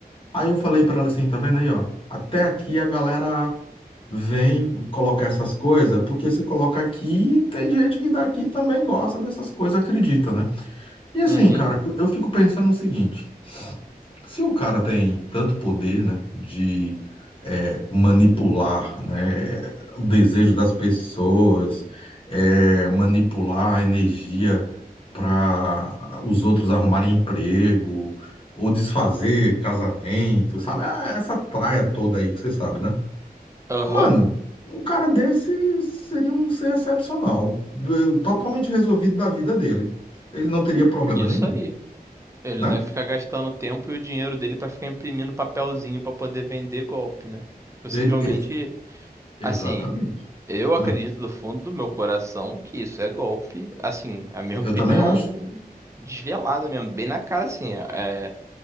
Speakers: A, on the left; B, on the right.
A: Aí eu falei pra ela assim, tá vendo aí, ó? Até aqui a galera vem colocar essas coisas, porque se coloca aqui, tem gente que daqui também gosta dessas coisas, acredita, né? E assim,
B: Uhum,
A: cara, eu, eu fico pensando o seguinte, se o cara tem tanto poder, né, de é, manipular, né, o desejo das pessoas, é, manipular a energia para os outros arrumarem emprego ou desfazer casamento, sabe? Ah, Essa traia toda aí que você sabe, né?
B: aham,
A: Mano, um cara desse seria um ser excepcional, eh, totalmente resolvido da vida dele. Ele não teria problema
B: isso
A: nenhum,
B: aí. Ele
A: né?
B: não ia ficar gastando o tempo e o dinheiro dele pra ficar imprimindo papelzinho pra poder vender golpe, né? Possivelmente,
A: E- e-
B: assim,
A: exatamente.
B: eu acredito
A: É.
B: do fundo do meu coração que isso é golpe. Assim, a minha
A: Eu
B: opinião
A: também acho.
B: desvelada mesmo, bem na cara, assim, é,